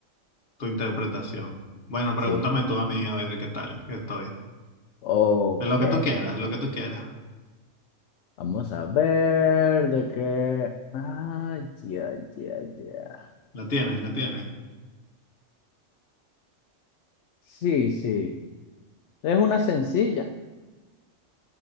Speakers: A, on the left; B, on the left.
A: tu interpretación. Bueno, pregúntame
B: Sí,
A: tú a mí a ver qué tal estoy.
B: ok.
A: De lo que tú quieras, de lo que tú quieras.
B: Vamos a ver de qué. Ah, ya, ya, ya.
A: La tienes, la tienes.
B: Sí, sí. Es una sencilla.